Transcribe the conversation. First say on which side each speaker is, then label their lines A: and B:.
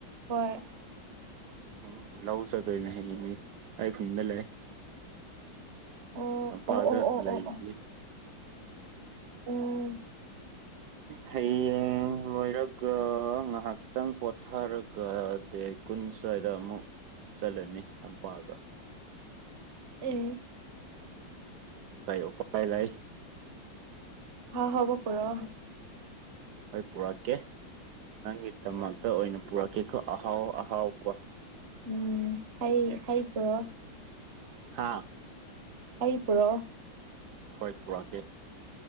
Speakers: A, on the right; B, on the right.
A: ꯍꯣꯏ
B: ꯎꯝ ꯂꯧ ꯆꯠꯇꯣꯏꯅꯦ ꯍꯌꯦꯡꯗꯤ ꯑꯩ ꯈꯨꯟꯗ ꯂꯩ
A: ꯑꯣ
B: ꯇꯝꯄꯥꯛꯗ
A: ꯑꯣ ꯑꯣ ꯑꯣ
B: ꯂꯩꯗꯤ
A: ꯑꯣ ꯑꯣ ꯑꯣ
B: ꯍꯌꯦꯡ ꯂꯣꯏꯔꯒ ꯉꯥꯏꯍꯥꯛꯇꯪ ꯄꯣꯊꯥꯔꯒ ꯗꯦ ꯀꯨꯟ ꯁ꯭ꯋꯥꯏꯗ ꯑꯃꯨꯛ ꯆꯠꯂꯅꯤ ꯂꯝꯄꯥꯛꯗ
A: ꯑꯦ
B: ꯀꯩ ꯎꯄꯥꯏ ꯂꯩ
A: ꯑꯍꯥꯎ ꯑꯍꯥꯎꯕ ꯄꫭꯔꯣ
B: ꯍꯣꯏ ꯄꯨꯔꯛꯀꯦ ꯅꯪꯒꯤꯗꯃꯛꯇ ꯑꯣꯏꯅ ꯄꯨꯔꯛꯀꯦꯀꯣ ꯑꯍꯥꯎ ꯑꯍꯥꯎꯕ
A: ꯎꯝ ꯍꯩ ꯍꯩ ꯄꯨꯔꯣ
B: ꯍꯥꯥ
A: ꯑꯩ ꯄꯨꯔꯣ
B: ꯍꯣꯏ ꯄꯨꯔꯛꯀꯦ